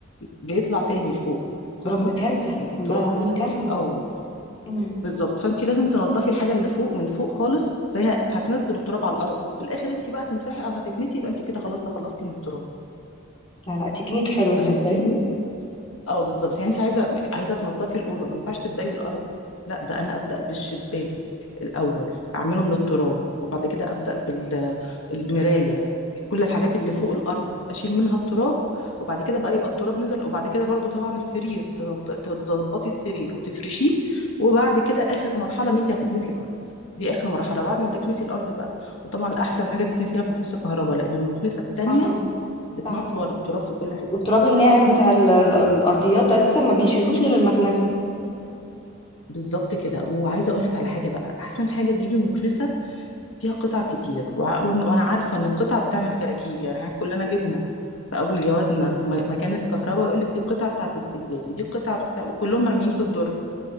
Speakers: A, on the left; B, on the left.
A: بيطلع تاني لفوق فاهمة
B: رب كارثة
A: يعني التراب
B: والله العظيم كارثة
A: اه
B: مم.
A: بالظبط فأنت لازم تنضفي الحاجة اللي فوق من فوق خالص فهي هتنزل التراب على الأرض في الآخر أنت بقى هتمسحي أو هتكنسي يبقى أنت كده خلاص تخلصتي من التراب
B: لا لا تكنيك حلو تصدقي
A: فهمتيني اه بالظبط يعني انت عايزه عايزه تنضفي الاوضه ما ينفعش تبداي بالارض لا ده انا ابدا بالشباك الاول اعمله من التراب وبعد كده ابدا بالمرايه كل الحاجات اللي فوق الارض اشيل منها التراب وبعد كده بقى يبقى التراب نزل وبعد كده برضو طبعا السرير تنض- تظبطي السرير وتفرشيه وبعد كده اخر مرحله ان انت هتكنسي الارض دي اخر مرحله بعد ما تكنسي الارض بقى وطبعا الاحسن حاجه تكنسيها بمكنسه كهرباء لان المكنسه التانية
B: اه
A: بتنطور
B: صح
A: التراب في كل حته
B: والتراب الناعم بتاع ال- ال- الارضيات ده اساسا ما بيشيلهوش غير المكنسه
A: بالظبط كده وعايزه اقول لك على حاجه بقى احسن حاجه تجيبي مكنسه فيها قطع كتير وع- وأن- وانا عارفه ان القطع بتعمل كراكيب يعني احنا كلنا جبنا في اول جوازنا م- مكانس كهرباء يقول لك دي القطعه بتاعه السجاد ودي القطعه بتاع وكلهم مرميين في الدرج